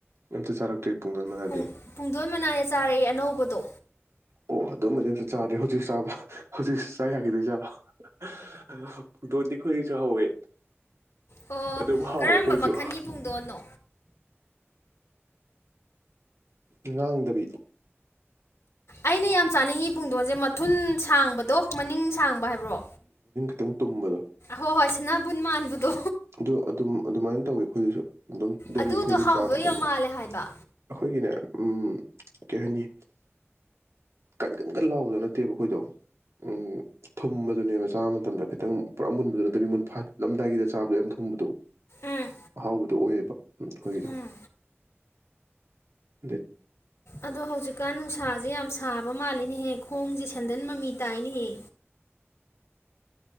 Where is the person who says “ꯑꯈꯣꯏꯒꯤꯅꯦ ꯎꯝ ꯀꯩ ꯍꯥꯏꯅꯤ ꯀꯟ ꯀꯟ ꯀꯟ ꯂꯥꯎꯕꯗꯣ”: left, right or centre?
Right